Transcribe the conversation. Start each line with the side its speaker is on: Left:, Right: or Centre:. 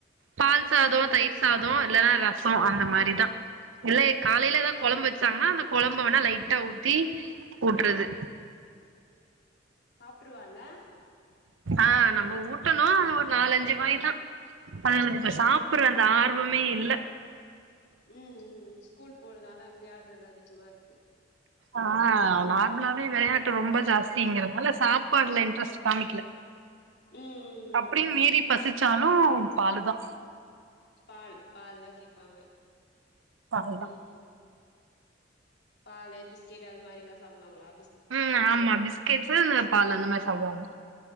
Right: பால் சாதம்
Left: ம்
Right: தயிர் சாதம் இல்லனா ர சம் அந்த மாரிதான் இல்ல காலையில எதா கொழம்பு வச்சாங்கன்னா அந்த கொழம்ப வேணா லைட் டா ஊத்தி ஊட்றது
Left: உட்டுருவா இல்ல
Right: ஆ நம்ம ஊட்டணும் ஒரு நாலஞ்சு வாய் தான் அதுங்களுக்கு
Left: ம்
Right: இப்ப சாப்படற அந்த ஆர்வ மே இல்ல
Left: ம் ம் ம் ஸ்கூல் போறதால விளையாடறது அதிகமா இருக்கு
Right: ஆ நார்மலாவே விளையாட் ட்டு ரொம்ப ஜாஸ்திங்கிறதுனால சாப்பாடுல்ல இன்ட்ரெஸ்ட் காமிக்கில
Left: ம் ம்
Right: அப்படியு
Left: ம் ம்
Right: மீறி பசிச் ச்சாலும் அவன் பாலு தான்
Left: பால் பால் தா கேப்பாங்க
Right: பாலுதா
Left: ம் பாலு பிஸ்கெட்டு அது மாரில்லா சாப்புடுவாங்களா
Right: ம் ஆமா பிஸ்கெட்ஸ் இ பால் அந்த மாரி சாப்புடுவாங்க